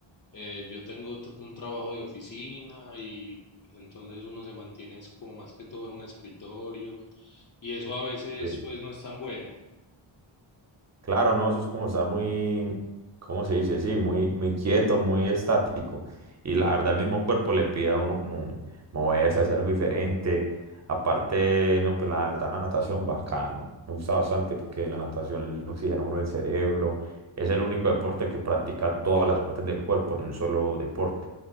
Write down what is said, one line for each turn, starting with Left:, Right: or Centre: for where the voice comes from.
Left: eh, yo tengo t- un trabajo de oficina y entonces uno se mantiene es como más que todo en un escritorio y eso a veces
Right: Sí.
Left: pues no es tan bueno.
Right: Claro, no, eso es como estar muy, ¿cómo se dice? Sí, muy, muy quieto, muy estático. Y la verdad, el mismo cuerpo le pide a uno como moverse, hacer algo diferente. Aparte, no, pues la verdad, la natación, bacano. Me gusta bastante porque la natación le oxigena a uno el cerebro. Es el único deporte que practica todas las partes del cuerpo en un solo deporte.